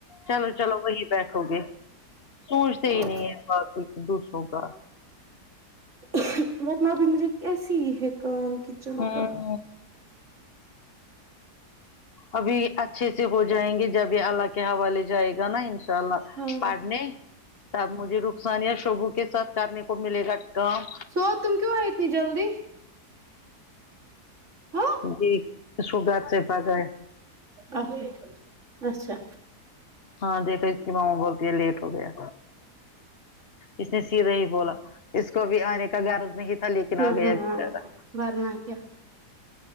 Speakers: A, on the left (about 40°); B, on the right (about 45°).
A: چلو چلو وہی بیٹھو گے سوچتے
B: پاگل
A: ہی نہیں ہے با کوئی دوسروں کا
B: <unintelligible> ابھی مجھے کیسی ہی ہے کام کچن
A: ہوں
B: کا
A: ابھی اچھے سے ہو جائیں گے جب یہ اللہ کے حوالے جائے گا نا ان شاء اللہ
B: ہاں
A: پڑنے تب مجھے رخسان یا شوبو کے ساتھ کرنے کو ملے کام
B: سو تم کیوں آئے اتنی جلدی ہاں
A: جی اس کو گھر سے بھگا ہے
B: ابھی اچھا
A: ہاں دیکھو اس کی ماما بولتی ہے لیٹ ہوگیا اس نے سیدھا ہی بولا اس کو ابھی آنے کا گیارہ نہیں تھا لیکن
B: ہوں
A: آ گیا
B: ہمم
A: بیچارہ
B: ورنہ کیا